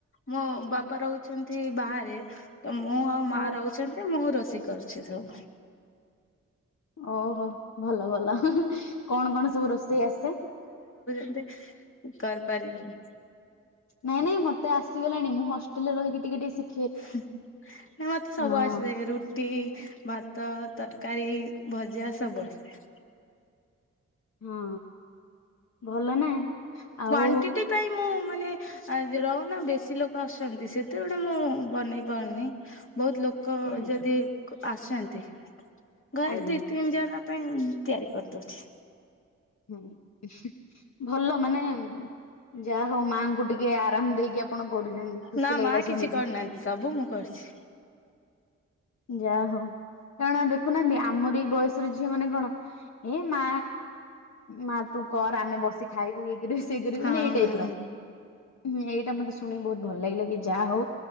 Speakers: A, on the left; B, on the left.
A: ମୋ ବାପା ରହୁଛନ୍ତି ବାହାରେ। ତ ମୁଁ ଆଉ ମା
B: ଓହୋ
A: ରହୁଛନ୍ତି ମୁଁ ରୋଷେଇ କରୁଛି ସବୁ।
B: ଓହୋ ଭଲ ଭଲ ହଁ ହଁ କଣ କଣ ସବୁ ରୋଷେଇ ଆସେ?
A: ଦେ କରିପାରିବିନି।
B: ନାଇଁ ନାଇଁ ମତେ ଆସିଗଲାଣି ମୁଁ ହଷ୍ଟେଲରେ ରହିକି ଟିକେ ଟିକେ ଶି
A: ହୁଁ ନାଇ ମତେ ସବୁ
B: ହଁ।
A: ଆସେ ରୁଟି, ଭାତ। ତରକାରୀ, ଭଜା ସବୁ ଆସେ।
B: ହଁ ଭଲ ନା। ଆଉ
A: କ୍ଲାଣ୍ଟିଟି ପାଇଁ ମୁଁ। ମାନେ ଆ ଯେ ରହୁନ ବେଶୀ ଲୋକ ଆସୁଛନ୍ତି ସେତେବେଳେ ମୁଁ ବନେଇ ପାରୁନି। ବହୁତ ଲୋକ
B: ହୁଁ
A: ଯଦି କ ଆସୁଛନ୍ତି ଘରେ
B: ଆଜ୍ଞା
A: ଦି ତିନି ଜଣ। ପାଇଁ ଉଁ ତିଆରି କରିଦଉଛି।
B: ହୁଁ ଉ ହୁଁ ଭଲ ମାନେ। ଯାହା ହଉ ମାଆଙ୍କୁ ଟିକେ ଆରାମ ଦେଇକି ଆପଣ କରୁଛନ୍ତି ଖୁସି
A: ନା
B: ଲାଗିଲା
A: ମା କିଛି
B: ଶୁଣିକି।
A: କରୁନାହାନ୍ତି ସବୁ ମୁଁ କରୁଛି
B: ଯାହାହଉ କାରଣ ଦେଖ ଦେଖୁନାହାନ୍ତି ଆମରି ବୟସର ଝିଅ ମାନେ କଣ ଏ ମା ମା ତୁ କର ଆମେ ବସି ଖାଇବୁ ଇଏ କରିବୁ ସିଏ କରିବୁ
A: ହଁ।
B: ମାନେ ଏଇ ଟାଇପ ର। ହୁଁ ଏଇଟା ମତେ ଶୁଣିକି ବହୁତ ଭଲ ଲାଗିଲା କି ଯାହା ହଉ